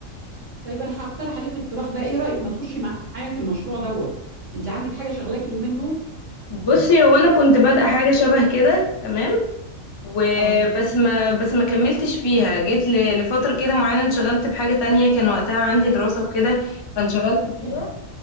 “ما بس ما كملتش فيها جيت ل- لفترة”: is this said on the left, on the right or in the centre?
Left